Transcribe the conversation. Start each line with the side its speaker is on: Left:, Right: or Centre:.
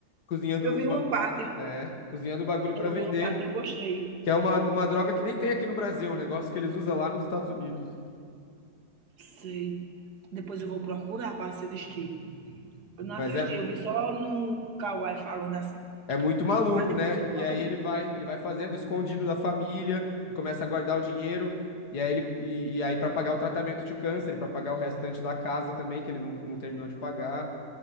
Left: cozinhando
Right: Eu vi
Left: o, ba-
Right: uma parte.
Left: é, cozinhando o bagulho pra
Right: Eu
Left: vender,
Right: vi uma parte, eu gostei.
Left: que é uma, uma droga que nem tem aqui no Brasil, é um negócio que eles usam lá nos Estados Unidos.
Right: Sei. Depois eu vou procurar para assistir. Eu não
Left: Mas
Right: assisti,
Left: é,
Right: eu vi só no Kawai falando assim.
Left: é muito maluco,
Right: Mas depois
Left: né?
Right: eu
Left: E
Right: vou
Left: aí
Right: olhar.
Left: ele vai, ele vai fazendo escondido da família e começa a guardar o dinheiro. E aí, ele, e, e aí para pagar o tratamento de câncer, para pagar o restante da casa também, que ele não, não terminou de pagar.